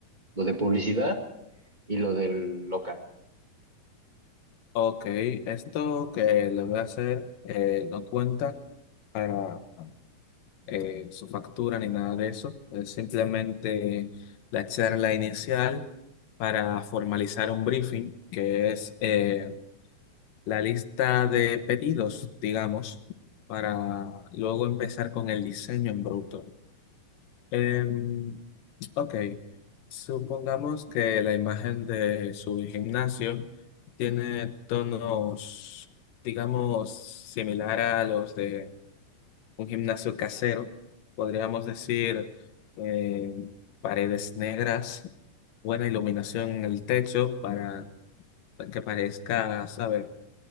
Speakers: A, on the right; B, on the left.
A: lo de publicidad y lo del local.
B: Ok, esto que le voy a hacer eh, no cuenta para eh, su factura ni nada de eso, es simplemente la charla inicial para formalizar un briefing, que es... eh, la lista de pedidos, digamos, para luego empezar con el diseño en bruto. Em, ok, supongamos que la imagen de su gimnasio tiene tonos, digamos, similar a los de un gimnasio casero. Podríamos decir em, paredes negras, buena iluminación en el techo para que parezca, ¿sabes?